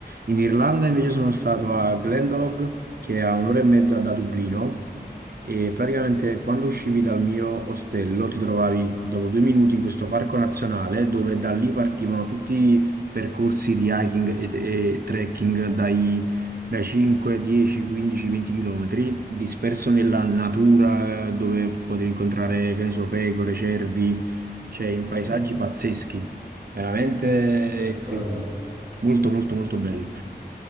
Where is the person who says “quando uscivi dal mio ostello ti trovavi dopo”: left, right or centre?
Right